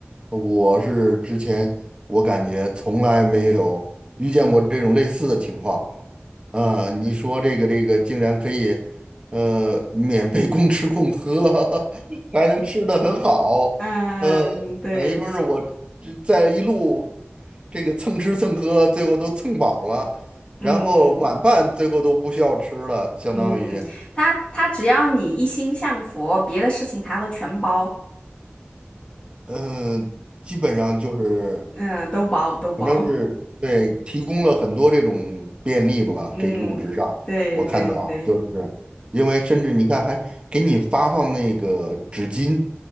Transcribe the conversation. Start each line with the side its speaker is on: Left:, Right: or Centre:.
Right: 我是之前我感觉从来没有遇见过这种类似的情况，啊，你说这个这个竟然可以，呃，免费供吃供喝，<laughs> 还能吃的很好，
Left: 嗯，
Right: 嗯、
Left: 对，
Right: 等于说是我这在一路这个蹭吃蹭喝，最后都蹭饱了，然后晚饭最后都不需要吃了，
Left: 嗯。
Right: 相当于，
Left: 嗯，他他只要你一心向佛，别的事情他都全包，
Right: 嗯、基本上就是
Left: 嗯，都包都包，
Right: 反正是对，提供了很多这种便利吧。
Left: 嗯，
Right: 这一路之上，
Left: 对对对，
Right: 我看到啊就是因为甚至你看还给你发放那个纸巾，